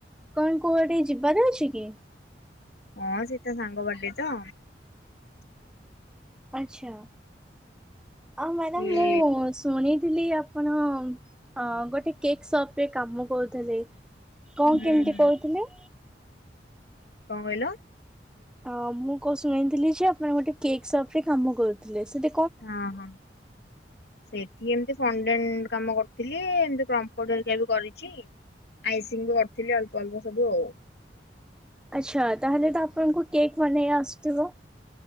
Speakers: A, in the centre; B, on the left.
A: କଣ କୁଆଡେ ଯିବାର ଅଛି କି?
B: ହଁ ସେ ତା ସାଙ୍ଗ ବର୍ଥଡେ ତ।
A: ଆଛା, ଆଉ ମ୍ୟାଡ଼ାମ
B: ସିଏ
A: ମୁଁ ଶୁଣିଥିଲି ଆପଣ ଗୋଟେ କେକ୍ ସପ ରେ କାମ କରୁଥିଲେ? କଣ
B: ହୁଁ
A: କେମିତି
B: ହୁଁ
A: କହୁଥିଲେ?
B: କଣ କହିଲ?
A: ଅ ମୁଁ କ ଶୁଣଣିଥିଲି ଯେ ଆପଣ ଗୋଟେ କେକ୍ ସପ ରେ କାମ କରୁଥିଲେ? ସେ
B: ହଁ ହଁ ସେଠି ଏମତି ଫଣ୍ଡେ କାମ କରିଥିଲି। ଏମତି ପ୍ରମ୍ପଡ ହେରିକା ବି କରିଛି ଆଇସିଂ ବି କରିଥିଲି ଅଳ୍ପ ଅଳ୍ପ ସବୁ ଆଉ।
A: ଆଚ୍ଛା ତାହେଲେ ତ ଆପଣଙ୍କୁ କେକ୍ ବନେଇ ଆସୁଥିବ?